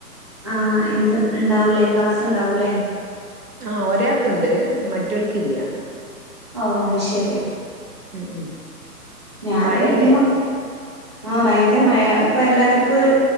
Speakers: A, on the right; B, on the right.
A: ആഹ് ഇന്ന് ഇണ്ടാവൂല്ലേ ക്ലാസ്സ് ഉണ്ടാവൂല്ലേ
B: ആഹ് ഒരാക്ക്ണ്ട് മറ്റൊൽക്കില്ല
A: ഔ അഹ് ശരി
B: ഉം ഉം
A: ഞാന്
B: മഴയല്ലേ
A: ഇന്ന് മക്കക്ക്‌ ആഹ് ഭയങ്കര മഴ ഇപ്പൊല്ലാവർക്കൊരു